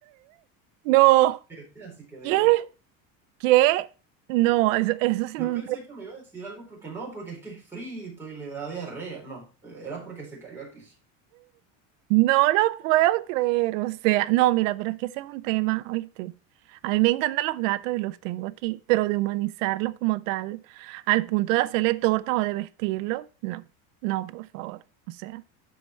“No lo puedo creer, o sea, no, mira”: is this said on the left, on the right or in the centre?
Right